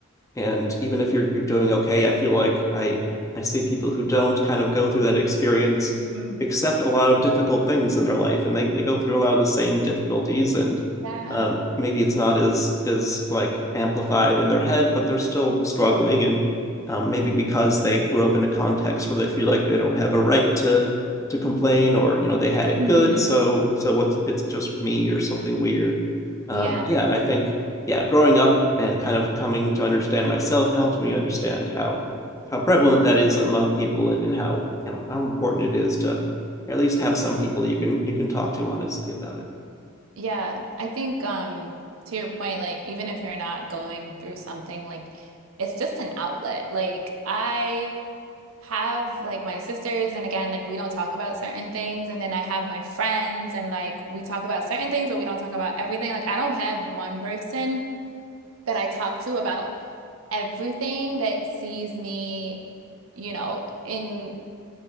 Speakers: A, on the left (about 15°); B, on the right (about 80°).
A: and even if you're you're doing okay i feel like i i see people who don't kind of go through that experience
B: Mm-hmm.
A: accept a lot of difficult things in their life and they, they go through a lot of the same difficulties and
B: Yeah.
A: um, maybe it's not as as like amplified in their head but they're still struggling and um, maybe because they grew up in a context where they feel like they don't have a right to to complain or you know they had it
B: Mm-hmm.
A: good so so what's it's just me or something weird um,
B: Yeah.
A: yeah and i think yeah, growing up and kind of coming to understand myself helped me understand how how prevalent that is among people and, and how you know how important it is to at least have some people you can you can talk to honestly about it.
B: Yeah, I think um to your point, like even if you're not going through something, like it's just an outlet. Like I have like my sisters and again, like we don't talk about certain things and then I have my friends and like we talk about certain things but we don't talk about everything. Like I don't have one person that I talk to about everything that sees me, you know, in